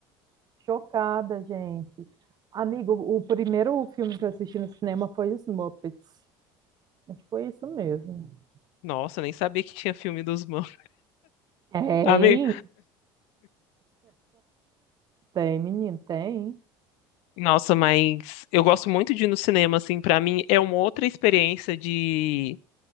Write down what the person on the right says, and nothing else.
chocada, gente. Amigo, o primeiro filme que eu assisti no cinema foi Os Muppets. Acho que foi isso mesmo.
Tem,
tem, menino, tem.